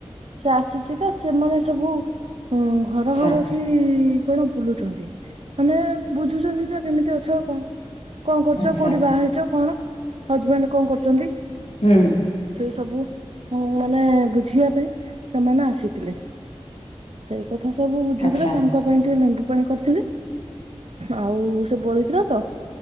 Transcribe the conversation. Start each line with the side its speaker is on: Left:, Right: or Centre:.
Right: ସେ ଆସିଛି ତ ସେମାନେ ସବୁ ହଁ ଘର
Left: ଆଚ୍ଛା
Right: ଘର କି କଣ ବୁଲୁଛନ୍ତି ମାନେ ବୁଝୁଛନ୍ତି ଯେ କେମିତି ଅଛ ଆଉ କଣ କଣ କରୁଛ
Left: ଆଚ୍ଛା
Right: କୋଉଠି ବାହା ହେଇଛ? କଣ ହଜବେଣ୍ଡ କଣ କରୁଛନ୍ତି?
Left: ହୁଁ
Right: ସେ ସବୁ ଉ ମାନେ ବୁଝିବା ପାଇଁ ସେମାନେ ଆସିଥିଲେ ସେ କଥା ସବୁ ବୁଝୁଥିଲା
Left: ଆଚ୍ଛା
Right: ତାଙ୍କ ପାଇଁଠି ଲେମ୍ୱୁ ପାଣି କରିଥିଲି ଆଉ ସେ ବଳିଥିଲା ତ